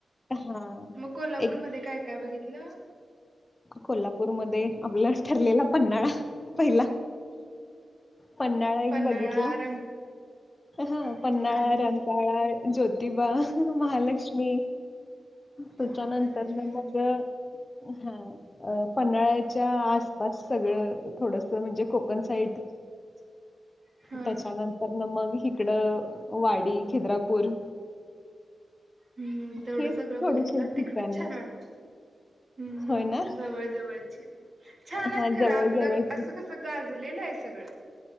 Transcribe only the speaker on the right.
मग कोल्हापूरमध्ये
काय काय बघितलं?
पन्हाळा
रंग
हम्म
आणि
हा महालक्ष्मी
मंदिर
<inaudible> हा
हम्म तेवढं
सगळं
बघितलं
तिकडच छान वाटत. हम्म
जवळ जवळचे हेत. छान आहेत
खरं
आपलं
असं कस गा झालेलं आहे सगळं.